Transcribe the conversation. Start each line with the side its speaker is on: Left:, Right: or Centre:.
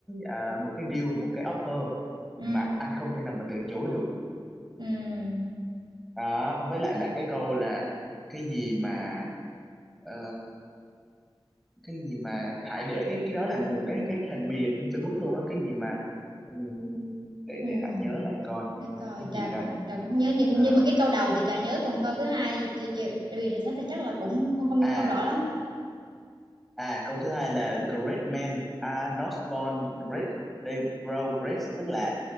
Centre: ờ, một cái deal một cái offer
Right: Ừ,
Centre: mà anh không thể nào mà từ chối được
Right: ừ,
Centre: Đó, với lại là cái câu là cái gì mà ờ, cái gì mà hãy để cái cái đó là một cái cái hình bìa trên Facebook luôn á cái gì mà ừm, để
Right: ừ.
Centre: để hãy nhớ lại coi
Right: Để coi,
Centre: cái
Right: trà
Centre: gì
Right: cũng,
Centre: ta
Right: trà cũng không nhớ. Nhưng,
Centre: Ờ,
Right: nhưng mà cái câu đầu thì trà nhớ, còn câu thứ hai, trừ, trừ, trừ vì sách thì chắc là cũng không, không,
Centre: à
Right: không rõ lắm.
Centre: À câu thứ hai là Great men are not born great, they grow great tức là